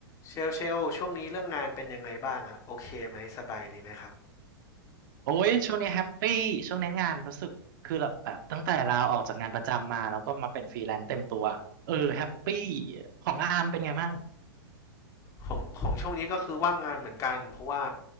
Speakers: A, on the left; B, on the right.
A: เชลเชลช่วงนี้เรื่องงานเป็นยังไงบ้างอะโอเคไหมสบายดีไหมครับ
B: โอ้ยช่วงนี้แฮปปี้ช่วงนี้งานรู้สึกคือแบบตั้งแต่ลาออกจากงานประจำมาแล้วก็มาเป็นฟรีแลนซ์เต็มตัวเออแฮปปี้ของอาร์มเป็นไงบ้าง
A: ของของช่วงนี้ก็คือว่างงานเหมือนกันเพราะว่า